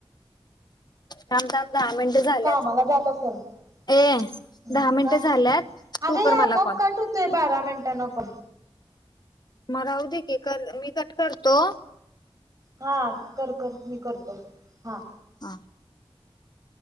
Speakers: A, on the left; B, on the right.
A: थांब थांब दहा मिनिटं झाल्यात
B: कामाला जात असेल
A: ए दहा मिनिटं
B: हा
A: झाल्यात
B: अगे
A: तू कर
B: ये आपोआप
A: मला कॉल
B: कट होतोय बारा मिनट ट नको
A: मग राहू दे की मी कट करतो
B: हा कर कर मी करतो हा.
A: हा